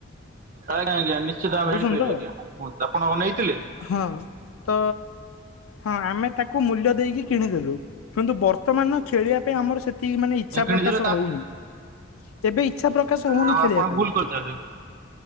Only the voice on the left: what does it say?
ବୁଝୁଛନ୍ତି
ତ?
ହଁ ତ ହଁ ଆମେ ତାକୁ ମୂଲ୍ୟ ଦେଇକି କିଣିଦେଲୁ। କିନ୍ତୁ ବର୍ତ୍ତମାନ ଖେଳିବା ପାଇଁ ଆମର ସେ ମାନେ ଇଚ୍ଛା
ପ୍ରକାଶ
ହଉନି ଏବେ ଇଛା ପ୍ରକାଶ ହଉନି।
ଖେଳିବା
ପାଇଁ।